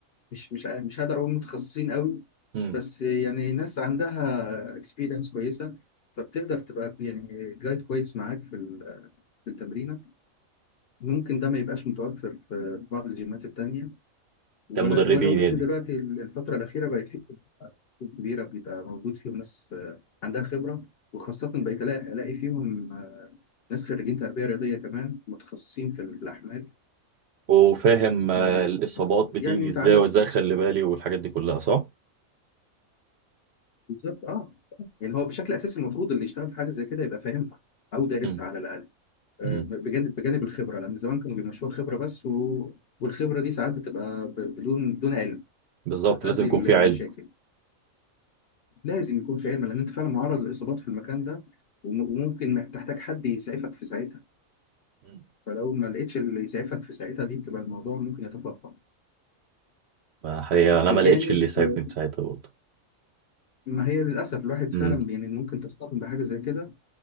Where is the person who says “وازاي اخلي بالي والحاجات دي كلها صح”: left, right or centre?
Right